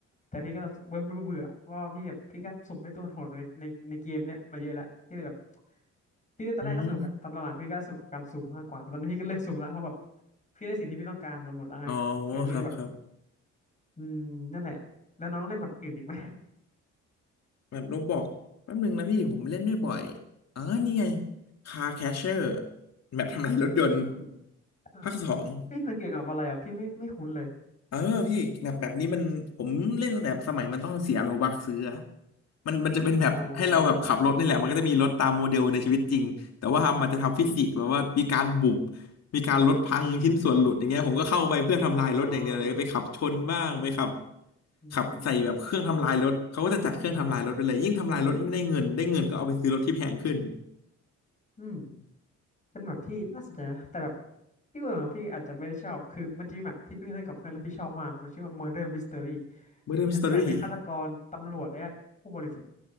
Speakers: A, on the left (about 25°); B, on the left (about 60°).
A: แต่พี่ก็รู้สึกเบื่อเบื่อว่าพี่แบบพี่ก็สุ่มให้ตัวโหดมาในในในเกมเนี้ยมาเยอะแล้วพี่เลยแบบพี่เล่นตอนแรกก็สนุกอะตอนหลังๆพี่ก็สนุกกับการสุ่มมากกว่าแต่ตอนนี้พี่ก็เลิกสุ่มแล้วเพราะแบบ
B: อืม
A: พี่ได้สิ่งที่พี่ต้องการมาหมดแล้วไงเออพี่ก็เลยแบบ
B: อ๋อครับครับ
A: อืมนั่นแหละแล้วน้องเล่นแบบอื่นอีกไหม
B: แบบโรบอกแป๊บหนึงนะพี่ผมเล่นไม่บ่อยอ๋อนี่ไง Car Catcher แบบทำลายรถยนต์
A: อืม <laughs>
B: ภาคสอง
A: เมันเกี่ยวกับอะไรอ่ะพี่ไม่ไม่คุ้นเลย
B: เออพี่แบบแบบนี้มันผมเล่นตั้งแต่สมัยมันต้องเสียโลบักซื้ออะมันมันจะเป็นแบบให้เราแบบขับรถนี่แหละมันก็จะมีรถตามโมเดลในชีวิตจริง
A: อ๋อ
B: แต่ว่ามันจะทำฟิสิกส์แบบว่ามีการบุบ
A: อืม
B: มีการรถพังชิ้นส่วนหลุดอย่างเงี้ยผมก็เข้าไปเพื่อทำลายรถอย่างเดียวเลยไปขับชนบ้างไปขับ
A: อ๋อ อืม
B: ขับใส่แบบเครื่องทำลายรถเขาก็จะจัดเครื่องทำลายรถไปเลยยิ่งทำลายรถยิ่งได้เงินได้เงินก็เอาไปซื้อรถที่แพงขึ้น
A: อืมเป็นแบบที่น่าสนใจนะแต่แบบพี่เบื่อของพี่อาจจะไม่ได้ชอบคือมันจะมีแบบที่พี่เคยกับเพื่อนแล้วพี่ชอบมากมันชื่อว่า Murder Mystery
B: Murder Mystery
A: มันจะแบ่งเป็นฆาตกรตำรวจแล้วก็ผู้บริสุทธิ์